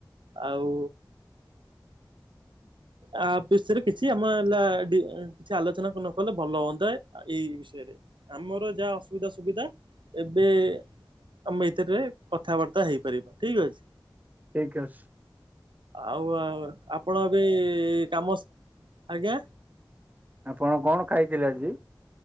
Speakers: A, on the right (about 80°); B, on the right (about 20°).
A: ଆଉ। ଆ ବିଷୟରେ କିଛି ଆମର ହେ କିଛି ଆଲୋଚନା ନ କଲେ ଭଲ ହୁଅନ୍ତା ଏଇ ବିଷୟରେ ଆମର ଯାହା ଅସୁବିଧା ସୁବିଧା- ଏବେ ଆମେ ଭିତରେ କଥାବାର୍ତ୍ତା ହେଇପାରିବା ଠିକ ଅଛି।
B: ଠିକ୍ ଅଛି।
A: ଆଉ ଆପଣ ଏବେ କାମ ଆଜ୍ଞା।
B: ଆପଣ କଣ ଖାଇଥିଲେ ଆଜି?